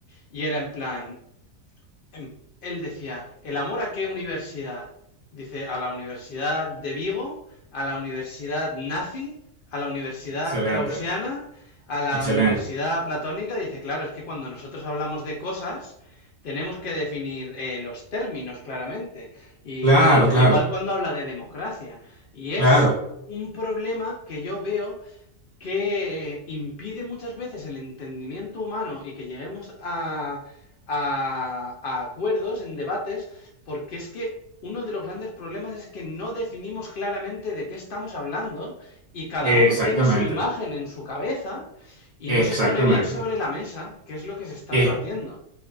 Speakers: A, on the left; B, on the right.
A: y era en plan, em, él decía, ¿el amor a qué universidad? Dice, a la Universidad de Vigo, a la Universidad nazi, a la Universidad
B: Excelente,
A: krausiana, a la
B: excelente.
A: Universidad platónica. Dice, claro, es que cuando nosotros hablamos de cosas, tenemos que definir eh, los términos claramente. Y
B: Claro,
A: igual,
B: claro,
A: igual cuando habla de democracia. Y es
B: claro.
A: un problema que yo veo que impide muchas veces el entendimiento humano y que lleguemos a, a- a acuerdos en debates, porque es que uno de los grandes problemas es que no definimos claramente de qué estamos hablando y cada
B: Exactamente,
A: uno tiene su imagen en su cabeza y
B: exactamente.
A: no se pone bien sobre la mesa qué es lo que se está
B: Es
A: debatiendo.